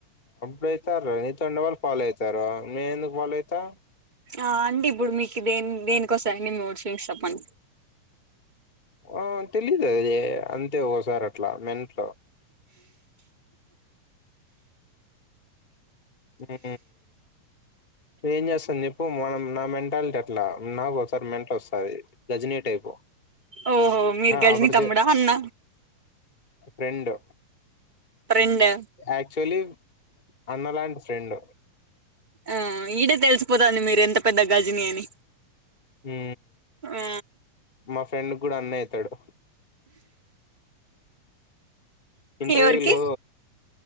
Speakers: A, on the left; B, on the right.
A: అప్పుడయితారు నీతో ఉండేవాళ్ళు ఫాలో అవుతారు మేం ఎందుకు ఫాలో అవుతాం
B: ఆ అండి ఇప్పుడు మీకు దే దేనికోస్తాయండి అన్ని మూడు స్వింగ్స్ చెప్పండి
A: ఆ తెలీదు అది అంతే ఒకసారి అట్లా మెంట్లు ఆ ఏం చేస్తాను చెప్పు మనం నా మెంటాలిటీ అట్లా నాకు ఒకసారి మెంటల్ వస్తుంది గజినీ టైపు
B: ఓహో మీరు గజని
A: ఆఫర్
B: తమ్ముడా అన్న
A: రెండు
B: రెండా
A: ఆక్చుల్లీ అన్న లాంటి ఫ్రెండ్
B: ఆ ఈడే తెలిసిపోతాదాంది మీరు ఎంత పెద్ద గజిని అని
A: హు
B: ఆ
A: మా ఫ్రెండ్ కూడా అన్న అవుతాడు ఇంటర్వ్యూలో
B: ఎవరికి